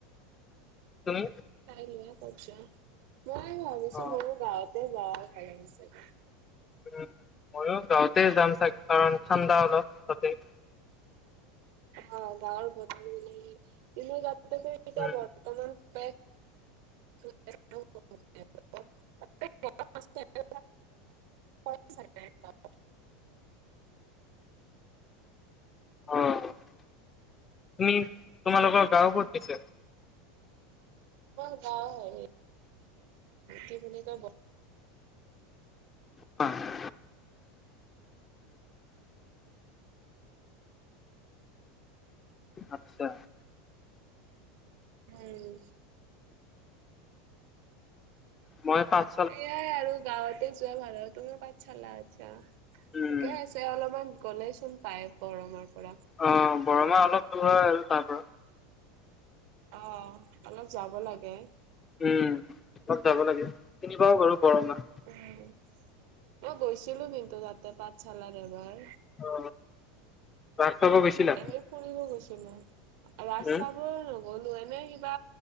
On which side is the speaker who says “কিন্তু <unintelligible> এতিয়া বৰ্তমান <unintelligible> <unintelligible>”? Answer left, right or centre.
Right